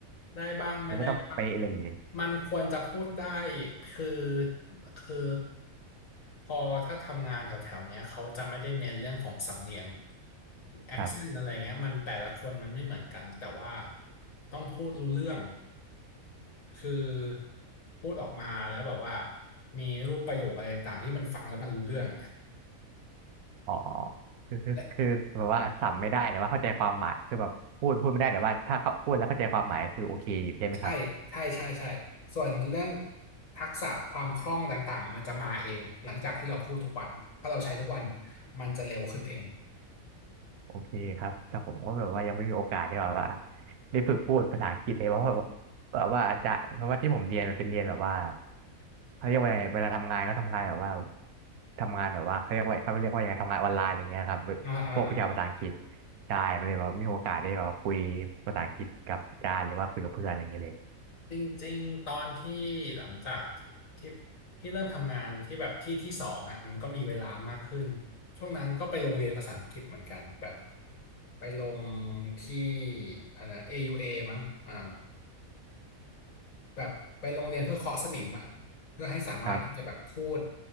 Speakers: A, on the left; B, on the right.
A: ได้บ้างไม่ได้บ้าง
B: หรือว่าต้องเป๊ะเลย
A: มันควรจะพูดได้คือคือพอถ้าทำงานแถวๆเนี้ยเขาจะไม่ได้เน้นเรื่องของสำเนียง accent
B: ครับ
A: อะไรเงี้ยมันแต่ละคนมันไม่เหมือนกันแต่ว่าต้องพูดรู้เรื่องคือพูดออกมาแล้วแบบว่ามีรูปประโยคอะไรต่างๆที่มันฟังแล้วมันรู้เรื่อง
B: อ๋อคือคือคือแบบว่าสับไม่ได้แต่ว่าเข้าใจความหมายคือแบบพูดพูดไม่ได้แต่ว่าถ้าเขาพูดแล้วเข้าใจความหมายคือโอเคอยู่ใช่ไหมครับ
A: และใช่ใช่ใช่ใช่ส่วนเรื่องทักษะความคล่องต่างๆมันจะมาเองหลังจากที่เราพูดทุกวันถ้าเราใช้ทุกวันมันจะเร็วขึ้นเอง
B: โอเคครับแต่ผมก็แบบว่ายังไม่มีโอกาสได้แบบว่าได้ฝึกพูดภาษาอังกฤษเลยเพราะว่าแบบแบบว่าอาจารย์เพราะว่าที่ผมเรียนมันเป็นเรียนแบบว่าเขาเรียกว่าไงเวลาทำงานเขาทำงานแบบว่าทำงานแบบว่าเขาเรียกว่าเขาเรียกว่ายังไงทำงานออนไลน์อะไรเงี้ยครับ
A: อ่าอ่าอ่า
B: พวกวิชาภาษาอังกฤษใช่มันเลยแบบไมมีโอกาสได้แบบว่าคุยภาษาอังกฤษกับอาจารย์หรือว่าคุยกับเพื่อนอะไรเงี้ยเลย
A: จริงๆตอนที่หลังจากที่พี่เริ่มทำงานที่แบบที่ที่สองอ่ะมันก็มีเวลามากขึ้นช่วงนั้นก็ไปโรงเรียนภาษาอังกฤษเหมือนกันแบบไปลงที่อ่านะ AUA มั้งอ่าแบบไปโรงเรียนเพื่อเคาะสนิมอ่ะเพื่อให้สามารถที่จะแบบพูด
B: ครับ